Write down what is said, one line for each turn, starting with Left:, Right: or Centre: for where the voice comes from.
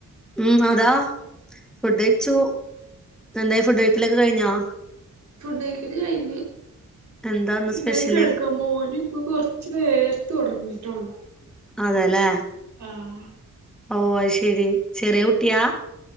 Centre: ഉം അതാ ഫുഡ് കഴിച്ചു എന്തായി ഫുഡ് കഴിക്കലൊക്കെ കഴിഞ്ഞോ
Right: ഫുഡ് കയിക്കല് കഴിഞ്ഞ്
Centre: എന്താന്ന്
Right: ഇങ്ങനെകെട്ക്ക
Centre: സ്പെഷ്യല്
Right: മോന് ഇപ്പൊ കൊറച്ച് വേർത്ത് തൊടങ്ങിയിട്ടുള്ളു
Centre: അതെല്ലേ
Right: ആഹ്
Centre: ഓ ഐശരി, ചെറിയ കുട്ടിയാ?